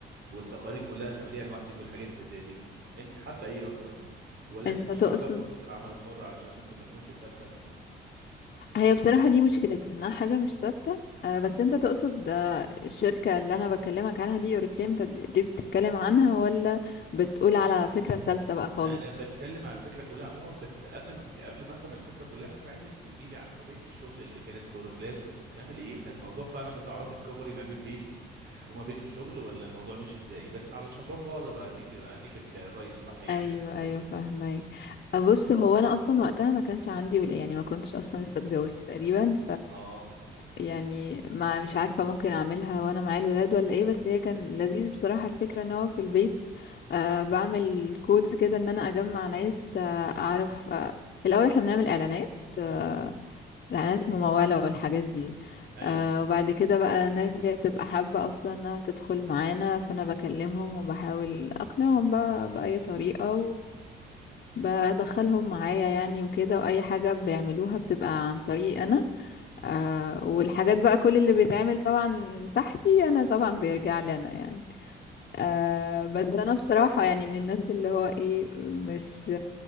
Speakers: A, on the right (about 60°); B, on the left (about 50°).
A: والتقارير كلها تعمليها لوحدك والحاجات اللي زي دي انت حابه ايه اكتر ولا
B: انت
A: انت مش
B: تقصد
A: حابه فرصه العمل الحر علشان ممكن ما تكونش ثابته
B: هي بصراحة دي مشكلتها انها حاجة مش ثابتة آه، بس انت تقصد آه، الشركة اللي انا بكلمك عنها دي اوريفليم انت بت- دي بتتكلم عنها ولا بتقول على فكرة تالتة بقى خالص
A: انا بتكلم على الفكره كلها عموما بس قبل ما قبل ما افهم الفكره كلها كنت عايزك تحكي لي عن طبيعه الشغل اللي كانت في اوريفلام كنت بتعمل ايه وكان الموضوع فعلا بتعرفي تكفري ما بين بيتك وما بين الشغل ولا الموضوع مش ازاي بس علشان برضو اقدر اديك اديك الك- الرأي الصح يعني
B: ايوه
A: في الحته
B: ايوه
A: دي
B: فاهمك بص هو انا اصلا وقتها ما كانش عندي ولا يعني ما كنتش اصلا لسه اتجوزت تقريبا
A: اه
B: يعني ما مش عارفة ممكن أعملها وأنا مع الولاد ولا إيه بس هي كان لذيذ بصراحة الفكرة إن هو في البيت آه بعمل كودز كده إن أنا أجمع ناس آه أعرف آه الأول إحنا بنعمل إعلانات آه
A: مم.
B: الإعلانات الممولة والحاجات دي
A: ايوه
B: آه وبعد كده بقى ناس هي بتبقى حابة أصلا إنها تدخل معانا فأنا بكلمهم وبحاول أقنعهم بقى بأي طريقة وبدخلهم معايا يعني وكده وأي حاجة بيعملوها بتبقى عن طريقي أنا
A: مم.
B: آه والحاجات بقى كل اللي بيتعمل طبعا تحتي انا طبعا بيرجع لي انا يعني آه بس انا بصراحة يعني من الناس اللي هو ايه مش